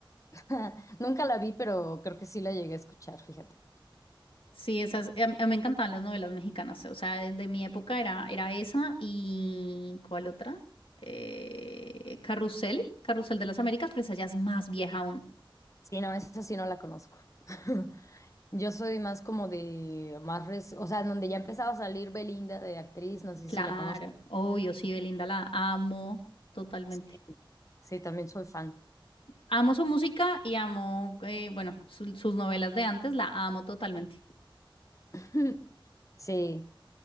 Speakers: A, on the left; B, on the left.
A: Juan. <laughs> Nunca la vi, pero creo que sí la llegué a escuchar, fíjate.
B: Sí, esas, a, mí a mí me encantaban las novelas mexicanas, o sea, de, de mi época era, era esa y ¿cuál otra? Eh, Carrusel, Carrusel de las Américas, pero esa ya es más vieja aún.
A: Sí, no, esa sí no la conozco. <laughs> Yo soy más como de más, res- o sea, donde ya empezaba a salir Belinda de actriz, no sé
B: Claro,
A: si la conozco.
B: obvio, sí, Belinda la amo totalmente.
A: Sí, sí, también soy fan.
B: Amo su música y amo, eh, bueno, su- sus novelas de antes, la amo totalmente.
A: <laughs> Sí,